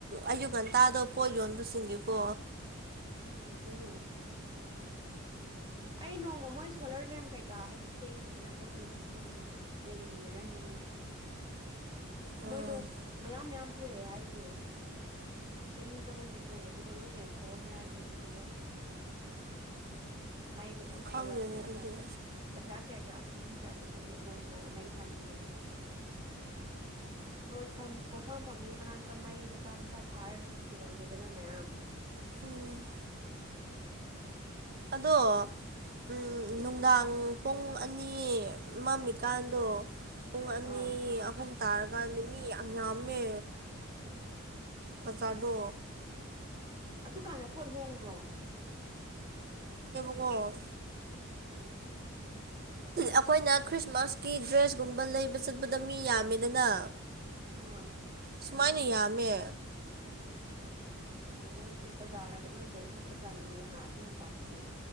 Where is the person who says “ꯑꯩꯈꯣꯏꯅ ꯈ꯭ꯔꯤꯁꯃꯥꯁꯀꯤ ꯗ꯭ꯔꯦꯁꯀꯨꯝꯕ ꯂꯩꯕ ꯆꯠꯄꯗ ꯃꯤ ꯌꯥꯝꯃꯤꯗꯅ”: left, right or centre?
Right